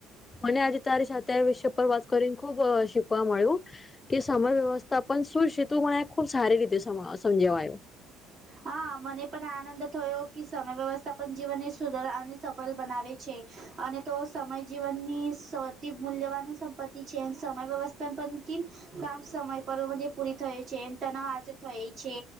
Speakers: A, on the left (about 30°); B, on the right (about 55°).
A: મને આજે તારી સાથે આ વિષ પર વાત કરીને ખુબ શીખવા મળ્યું. કે સમય વ્યવસ્થા પણન શું છે તું મને ખુબ સારી રીતે સમજવાયું
B: હા મને પણ આનંદ થયો કે સમય વ્યવસ્થા પણ જીવનને સુધર અને સફળ બનાવે છે. અને તો સમય જીવનની સતિ મૂલ્યવાન સંપત્તિ છે સમય વ્યવસ્થા પણ કામ સમય પર બ પૂરી થયું છે તનાવ આજ થઈ છે